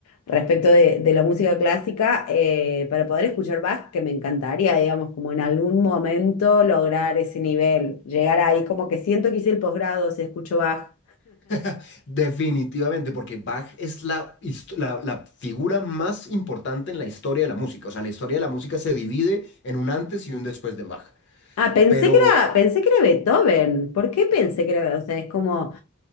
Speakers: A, on the left; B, on the left.
A: respecto de, de la música clásica, eh, para poder escuchar Bach, que me encantaría, digamos, como en algún momento lograr ese nivel, llegar ahí, como que siento que hice el posgrado si escucho Bach.
B: <laughs> Definitivamente, porque Bach es la, hist- la, la figura más importante en la historia de la música. O sea, la historia de la música se divide en un antes y un después de Bach.
A: Ah, pensé
B: Pero
A: que era, pensé que era Beethoven. ¿Por qué pensé que era? O sea, es como